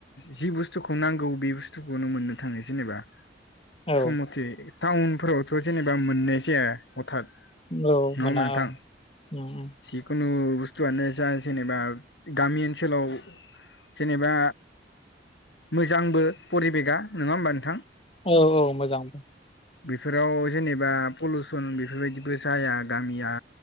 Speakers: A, on the left; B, on the left.
A: जि बुस्थुखौ नांगौ बे बुस्थुखौनो मोननो थाङो जेनेबा।
B: औ
A: समथे टाउनफोरावथ' जेनेबा मोननाय जाया हथात
B: औ
A: नङा
B: मोना
A: होमबा नोंथां
B: उम उम।
A: जिखुनु बुस्थुआनो जा जेनेबा गामि ओनसोलाव जेनेबा मोजांबो परिबेगा नङा होमबा नोंथां?
B: औ-औ मोजां
A: बेफोराव जेनेबा पलिउसन बेफोरबायदिबो जाया गामिया